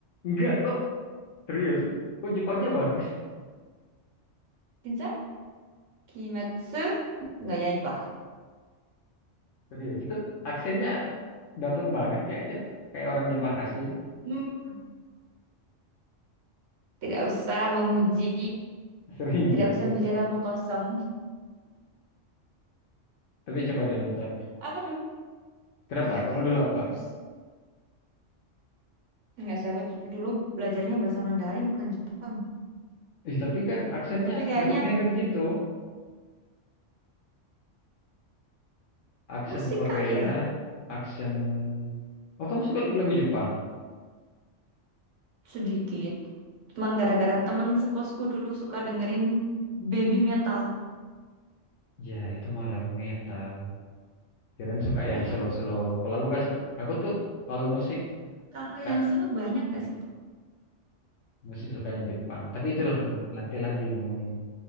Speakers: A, on the left; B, on the right.
A: Enggak kok Serius, kok Jepangnya bagus?
B: Cinca? Kimetsu no Yaiba.
A: Serius, itu aksennya dapat banget kayaknya kayak orang Jepang asli.
B: Hmm. Tidak usah memuji,
A: Serius.
B: tidak usah bicara mengkosong.
A: Tapi coba deh nonton.
B: Aku dulu,
A: Kenapa?
B: ya
A: Kamu
B: kayaknya
A: dulu apa?
B: harus Enggak sih, aku dulu belajarnya bahasa Mandarin bukan Jepang.
A: Ih, tapi kan aksennya
B: Tapi kayaknya
A: mirip-mirip gitu. Aksen
B: musik
A: Korea,
B: kali ya,
A: aksen... Oh, kamu suka lagu Jepang?
B: sedikit. Cuman gara-gara temen sekosku dulu suka dengerin baby metal.
A: Ya, itu mah lagu metal. Kirain suka yang
B: Iya,
A: slow-slow. Kalau aku gak suka, aku tuh kalau musik,
B: kalau
A: Kak,
B: yang seru banyak nggak sih?
A: musik sukanya Jepang. Tapi itulah, nantilah di ngomongin.